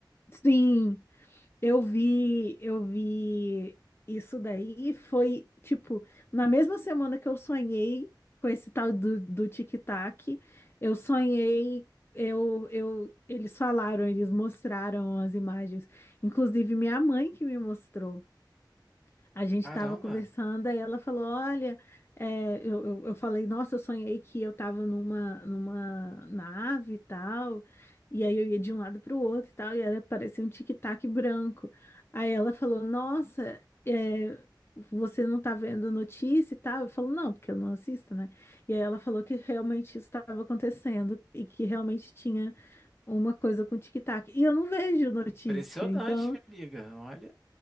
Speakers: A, on the left (about 30°); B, in the centre.
A: Sim. Eu vi, eu vi isso daí e foi, tipo, na mesma semana que eu sonhei com esse tal do, do tic-tac, eu sonhei, eu, eu, eles falaram, eles mostraram as imagens, inclusive minha mãe que me mostrou. A gente
B: Caramba,
A: estava conversando, aí ela falou: Olha, é, eu, eu, eu falei, nossa, eu sonhei que eu estava numa, numa nave e tal, e aí eu ia de um lado para o outro e tal, e era, parecia um tic-tac branco. Aí ela falou: Nossa, é, você não tá vendo notícia e tal? Eu falo: Não, porque eu não assisto, né? E aí ela falou que realmente isso estava acontecendo e que realmente tinha uma coisa com tic-tac. E eu não vejo notícia,
B: impressionante,
A: então,
B: minha amiga. Olha.